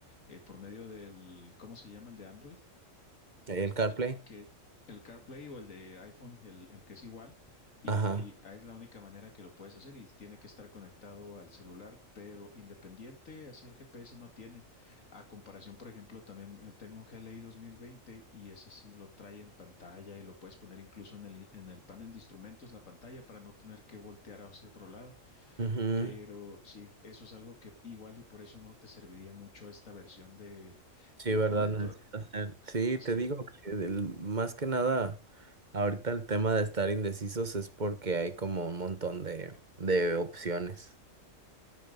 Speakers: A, on the left (about 80°); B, on the right (about 35°).
A: eh, por medio del, ¿cómo se llama? El de Android
B: el CarPlay.
A: que el CarPlay o el de iPhone, el, el que es igual, y
B: Ajá.
A: ah, es la única manera que lo puedes hacer y tiene que estar conectado al celular, pero independiente, así el GPS no tiene. A comparación, por ejemplo, también eh, tengo un GLI veinte y ese sí lo trae en pantalla y lo puedes poner incluso en el, i- en el panel de instrumentos, la pantalla, para no tener que voltear hacia otro lado.
B: ujú,
A: Pero sí, eso es algo que igual y por eso no te serviría mucho esta versión de,
B: Sí,
A: del
B: verdad,
A: Formentor.
B: necesito hacer. Sí,
A: Así
B: te digo
A: es.
B: que el- más que nada, ahorita el tema de estar indecisos es porque hay como un montón de, de opciones.